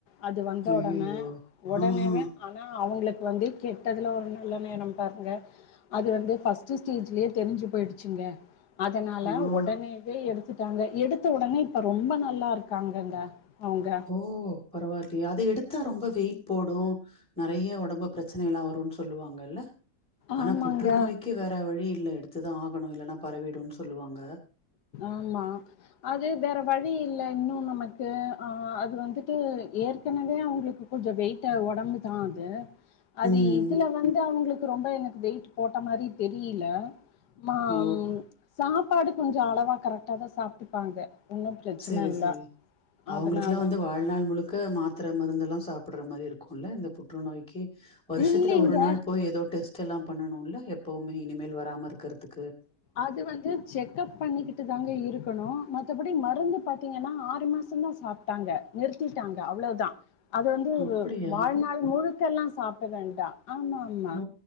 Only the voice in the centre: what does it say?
ஐயையோ
ஆஹா
ஆ
ஓ பரவாயில்லையா அது எடுத்தா ரொம்ப வெயிட் போடும் நிறைய உடம்பு பிரச்சனை எல்லாம் வரும்ன்னனு சொல்லுவாங்கல்ல ஆனா
புற்றுநோய்க்கு வேற வழி இல்லஎடுத்துதான் ஆகணும் இல்லன்னா பரவிடும்னு சொல்லுவாங்க
ம்
ஓ
செரி
செரி அவங்களுக்குல்லா
வந்து வாழ்நாள் முழுக் க மாத்தர மருந்தெல்லா சாப்ட்ற மாரி இருக்குல இந்த புற்றுநோய்க்கி வருஷத்துல
ஒரு நாள் போய் ஏதோ டெஸ்ட் தெல்லா பண்ணணுல எப்பவுமே இனிமேல் வராம இருக்கறதுக்
அப்படியா
ஓ